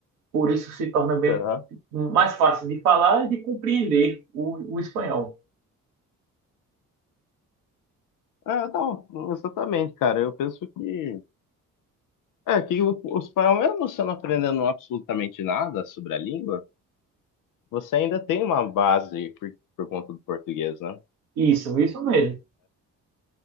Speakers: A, on the right; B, on the left.
A: por isso se torna bem
B: Aham.
A: mais fácil de falar e de compreender o, o espanhol.
B: É, não, exatamente, cara. Eu penso que. É, que o- o espanhol, mesmo você não aprendendo absolutamente nada sobre a língua, você ainda tem uma base por, por conta do português, né?
A: Isso, isso mesmo.